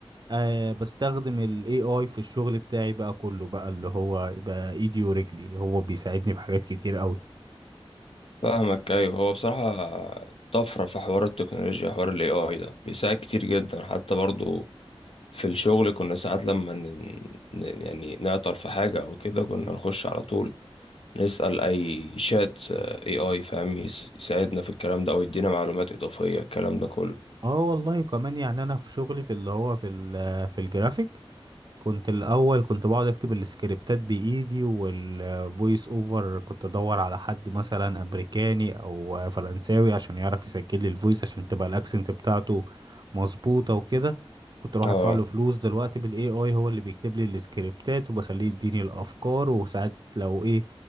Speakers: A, on the right; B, on the left.
A: آه بستخدم ال AI في الشغل بتاعي بقى كله بقى اللي هو يبقى ايدي ورجلي هو بيساعدني في حاجات كتير قوي
B: فاهمك ايوه هو بصراحه طفره في حوار التكنولوجيا حوار الاي اي ده بيساعد كتير جدا حتى برضو في الشغل كنا ساعات لما ن... ن- يعني نعطل في حاجه او كده كنا نخش على طول نسال اي شات اي اي فاهم يس... يساعدنا في الكلام ده او يدينا معلومات اضافيه الكلام ده كله
A: اه والله كمان يعني انا في شغلي في اللي هو في ال في الجرافيك كنت الاول كنت بقعد اكتب السكريبتات بايدي والفويس اوفر كنت ادور على حد مثلا امريكاني او فرنساوي عشان يعرف يسجل لي الفويس عشان تبقى الاكسنت بتاعته مظبوطه وكده كنت اروح
B: اه
A: ادفع له فلوس دلوقتي بالاي اي هو اللي بيكتب لي السكريبتات وبخليه يديني الافكار وساعات لو ايه